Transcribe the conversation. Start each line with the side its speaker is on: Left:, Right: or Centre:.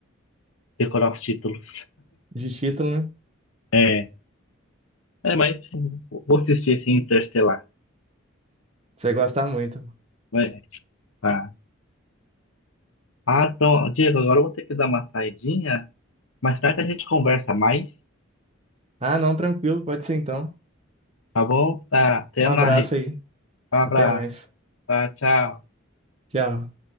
Left: decorar os títulos.
Right: De título, né?
Left: É, é, mas vou assistir esse Interestelar.
Right: Você vai gostar muito.
Left: É, tá. Ah, então, Diego, agora eu vou ter que dar uma saidinha. Mais tarde a gente conversa mais,
Right: Ah, não, tranquilo, pode ser então.
Left: tá bom? Tá, até
Right: Um abraço
Left: mais.
Right: aí.
Left: Um abraço,
Right: Até mais.
Left: tá? Tchau.
Right: Tchau.